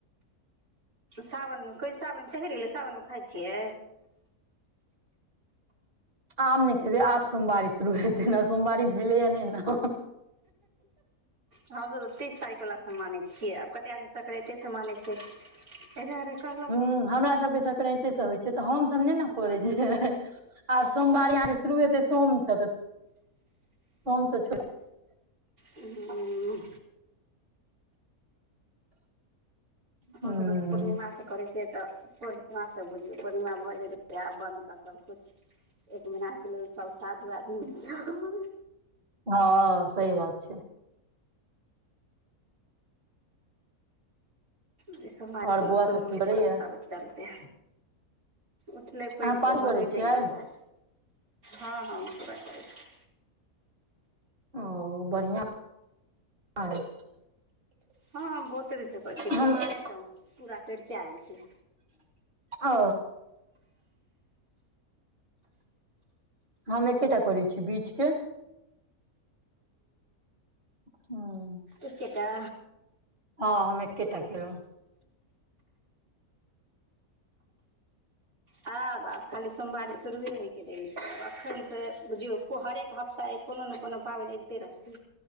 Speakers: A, on the right; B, on the right.
A: साबन मे कहै ले सााबन चहेर गेलै, सााबन मे खाइ छियै?
B: आब नहि खेबै, आब सोमवारी शुरू हेते ने, सोमवारी भेलैये, नहि ने।
A: हमसभ तऽ तीस तारीख वला सै मानै छियै आब कतेक आदमी संक्रतेसँ मानै छै। ऐ दुआरे कहलहुँ
B: हं हमरा सभके सक्रान्तिसँ होइ छै तऽ हमसभ नहि ने करै छियै। आ सोमवारी अहाँके शुरू हेतै सोम से तऽ सोम से छोड़ि
A: हुं। हम
B: हूँ
A: सब त पूर्णिमासँ करै छियै तऽ पूर्णिमा से बुझियौ पूर्णिमा भऽ जेतै त बन्द कर सब कुछ, एक महीनााके लेल सब साधु आदमी भ जौ।
B: हँ सही बात छै।
A: जै सोमवारी
B: आओर
A: कोनो
B: बौआ
A: शुरू
B: सब की
A: भेलैए
B: करैया
A: तब चलतै, उठलै पानि
B: अहाँ पाठ
A: तऽ भगे
B: करै छियै
A: जाइ गेलियै। हँ हँ पूरा करै छी।
B: ओ बढ़िआँ अइ।
A: हँ बहुतेन करै छियै
B: हम
A: कुमारे सं पूरा करिते आबै छी।
B: ओ। हम एकेटा करै छी, बीच के। हुं।
A: एकेटा?
B: हाँ हम एकेटा केलहुँ।
A: आब आब खाली सोमवारी शुरुए होइ के रहै छैय आब अखन से बुझियौ हरेक हफ्ता तऽ कोनो ने कोनो पाबनि अबिते रहतै।